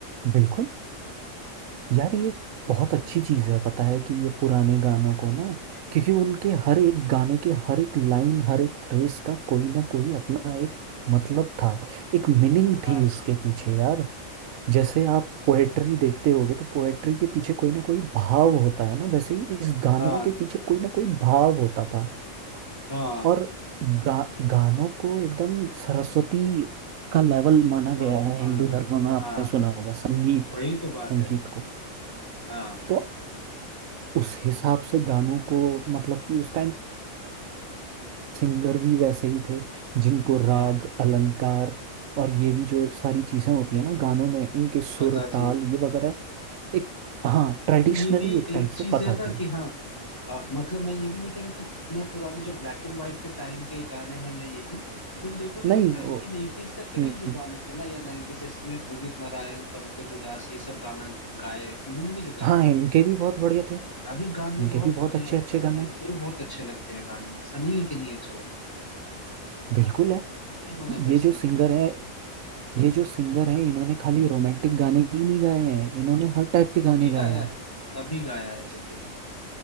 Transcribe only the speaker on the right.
बिल्कुल यार ये एक बहुत अच्छी चीज है पता है कि ये पुराने गानों को ना क्योंकि उनके हर एक गाने के हर एक लाइन हर एक फ्रेज का कोई ना कोई अपना एक मतलब था एक मीनिंग
थी उसके पीछे यार जैसे आप पोएट्री देखते होगे तो पोएट्री के पीछे कोई ना कोई भाव होता है ना वैसे ही इस गानों
के पीछे कोई ना कोई भाव होता था
और गा, गानों को एकदम सरस्वती का लेवल माना गया
है हिंदू
धर्म में आपने
सुना होगा संगीत
संगीत
को
तो उस हिसाब से गानों को मतलब कि उस टाइम सिंगर भी वैसे ही थे जिनको राग
अलंकार और ये भी जो सारी चीजें होती है ना गानों में इनके
सुर
ताल
ये वगैरह एक हाँ ट्रेडिशनली
एक
टाइप
से पता
थी
नहीं
वो
हम्म
हाँ
इनके भी बहुत बढ़िया थे
इनके
भी बहुत
अच्छे
अच्छे
गाने
हैं
बिल्कुल है
ये
जो सिंगर है ये जो सिंगर है इन्होंने खाली रोमांटिक गाने ही नहीं गाए हैं इन्होंने हर टाइप के गाने
गाए हैं